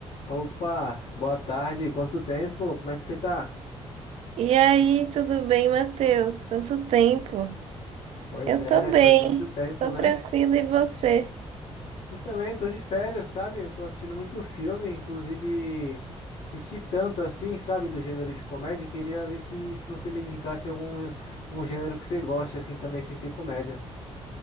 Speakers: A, on the left; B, on the right.
A: Opa, boa tarde. Quanto tempo? Como é que você tá?
B: E aí, tudo bem, Matheus? Quanto tempo?
A: Pois
B: Eu
A: é,
B: tô
A: né?
B: bem,
A: Faz muito tempo,
B: tô
A: né?
B: tranquila e você?
A: Eu também tô de férias, sabe? Eu tô assistindo muito filme, inclusive assisti tanto assim, sabe, do gênero de comédia. Queria ver que se você me indicasse algum, algum gênero que você goste assim também, sem ser comédia.